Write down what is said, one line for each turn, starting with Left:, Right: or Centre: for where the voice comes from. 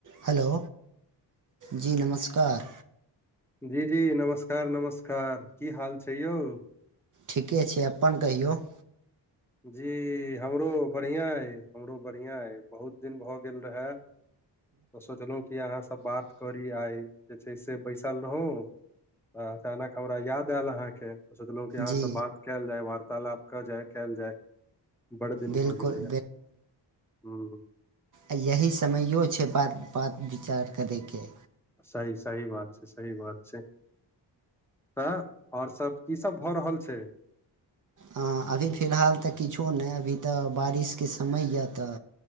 Right: हेलो जी नमस्कार,
Centre: जी जी नमस्कार नमस्कार, की हाल छै यौ?
Right: ठीके छै। अप्पन कहियौह?
Centre: जी हमरो बढ़ियां अइ हमरो बढ़ियां अइ बहुत दिन भऽ गेल रहेए। तऽ सोचलहु कि अहाँ स बात करी आइ जे छै से बैसल रहूं, तऽ अचानक हमरा याद आएल अहाँके सोचलहु कि अहाँ
Right: जी
Centre: से बात केएल जाय वार्तालाप कऽ जाय। केएल जाय बड़ दिन
Right: बिलकुल
Centre: भऽ गेलैये। हूॅं।
Right: आ यही समैयो छै बात, बात विचार करय के।
Centre: सही, सही बात छै सही बात छै। तह और सभ कीसभ भऽ रहल छै?
Right: हँ अभी फिलहाल ते किछो नै अभी तऽ बारिश के समय यऽ तऽ